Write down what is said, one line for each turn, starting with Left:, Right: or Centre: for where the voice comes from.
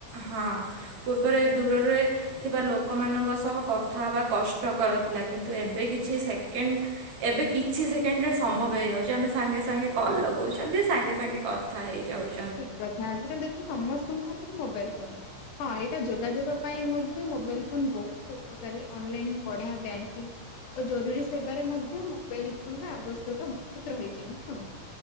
Right: ହଁ, ପୂର୍ବରେ ଦୂରରେ ଥିବା ଲୋକମାନଙ୍କ ସହ କଥା ହବା କଷ୍ଟକର ଥିଲା। କିନ୍ତୁ ଏବେ କିଛି ସେକେଣ୍ଡ୍ ଏବେ କିଛ୍ କିଛି ସେକେଣ୍ଡ୍ ରେ ସମ୍ଭବ ହେଇଯାଉଚି। ଆମେ ସାଙ୍ଗେସାଙ୍ଗେ କଲ୍ ଲଗୋଉଛନ୍ତି, ସାଙ୍ଗେ ସାଙ୍ଗେ କଥା ହେଇଯାଉଚୁ।
Left: ଠିକ୍ କଥା ଆଜିକାଲି ଦେଖ ସମସ୍ତଙ୍କ ହାତରେ ମୋବାଇଲ୍ ଫୋନ୍। ହଁ, ଏଇଟା ଯୋଗାଯୋଗ ପାଇଁ ମଧ୍ୟ ମୋବାଇଲ୍ ଫୋନ୍ ବୋହୁତ୍ ଉପକାରୀ। ଅନଲାଇନ୍, ପଢା, ବ୍ୟାଙ୍କିଙ୍ଗ୍। ଓ ଜରୁରୀ ସେବାରେ ମଧ୍ୟ ମୋବାଇଲ୍ ଫୋନ୍ ର ଆବଶ୍ୟକ ବୋହୁତ୍ ରହିଛି। ଉଁହ।